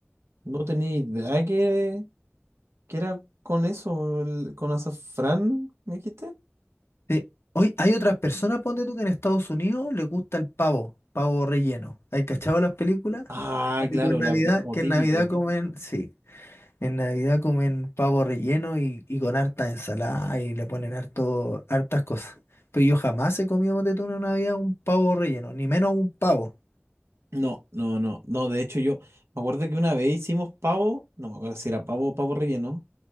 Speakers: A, on the right; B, on the left.
A: No tenía idea que, que era con eso, el- con azafrán, ¿me dijiste?
B: Sí. Hoy hay otras personas, ponte tú, que en Estados Unidos les gusta el pavo, pavo relleno. ¿Hay cachado las películas?
A: Ah,
B: Ponte
A: claro,
B: tú en Navidad,
A: la- es como
B: que
A: típico.
B: en Navidad comen, sí. En Navidad comen pavo relleno y, y con harta ensalada y le ponen harto, hartas cosas. Pero yo jamás he comido de en Navidad un pavo relleno, ni menos un pavo.
A: No, no, no, no. De hecho, yo me acuerdo que una vez hicimos pavo, no me acuerdo si era pavo o pavo relleno.